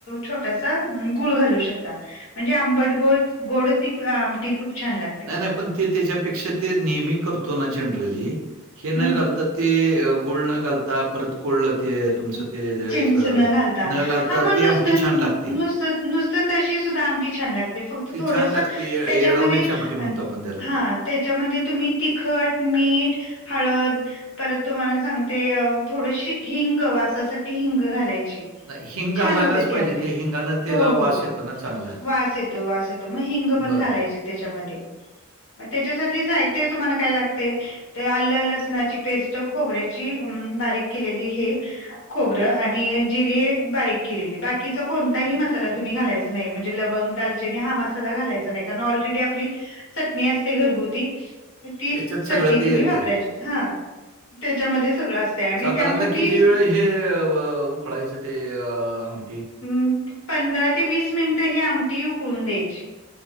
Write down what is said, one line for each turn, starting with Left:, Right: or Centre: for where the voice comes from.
Left: छोटासा गुळ घालू शकता. म्हणजे आंबट-गोड, गोड ती आमटी खूप छान लागते.
Right: नाही नाही, पण ते त्याच्यापेक्षा ते नेहमी करतो ना जनरली हे न
Left: हम्म
Right: घालता ते गुळ न घालता, परत कोळं ते तुमचं
Left: चिंच
Right: ते ज
Left: न घालता
Right: न घालता,
Left: हा मग
Right: ती
Left: नुसतं
Right: आमटी छान लागते.
Left: नुसतं नुसतं तशी सुद्धा आमटी छान लागते, फक्त
Right: ती
Left: थोडसं
Right: छान लागते ये-
Left: त्याच्यामध्ये
Right: येळवण्याची आमटी म्हणतो आपण त्याला
Left: हा, त्याच्यामध्ये तुम्ही तिखट, मीठ, हळद परत तुम्हाला सांगते, थोडशी हिंग वासासाठी हिंग घालायची. छान
Right: नाही हिंग घालायलाच
Left: होते ती
Right: पाहिजे
Left: आमटी,
Right: ते हिंगानं त्याला
Left: हो हो.
Right: वास येतो ना चांगला
Left: वास येतो, वास येतो. त मग हिंग पण
Right: बर
Left: घालायचे त्याच्यामध्ये, मग त्याच्यासाठी साहित्य तुम्हाना काय लागतंय ते आलं, लसणाची पेस्ट, खोबऱ्याची अ बारीक केलेली हे खोबरं आणि जिरे बारीक केलेली, बाकीचा कोणताही मसाला तुम्ही घालायचा म्हणजे लवंग दालचिनी हा मसाला घालायचा नाही, कारण ऑलरेडी आपली चटणी असते घरगुती तीच
Right: त्याच्यात सगळं
Left: चटणी
Right: ते
Left: तुम्ही
Right: येतंय.
Left: वापरायची, हा. त्याच्यामध्येच सगळं असतंय आणि त्यामुळे
Right: साधारणत
Left: ती
Right: किती वेळ हे, उकळायचं ते आमटी.
Left: हम पंधरा ते वीस मिनिटं ही आमटी उकळून द्यायची.